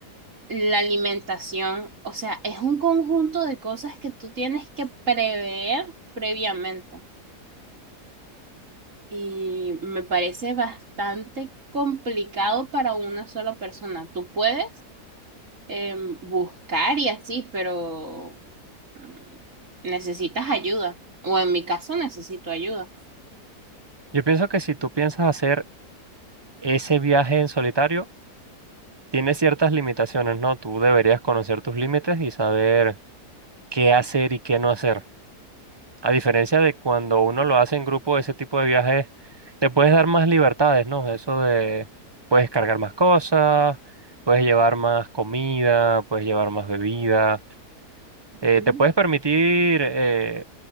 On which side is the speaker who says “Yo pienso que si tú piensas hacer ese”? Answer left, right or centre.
Right